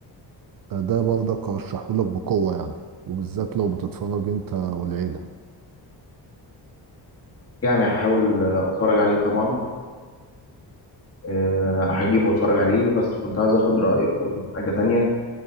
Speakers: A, on the right (about 55°); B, on the left (about 35°).
A: آه، ده برضك أرشحهولك بقوة يعني وبالذات لو بتتفرج أنت والعيلة
B: يعني هحاول آه، اتفرج عليه طبعا أه هجيبه واتفرج عليه بس كنت عايز اخد رأيك برضه في حاجة تانية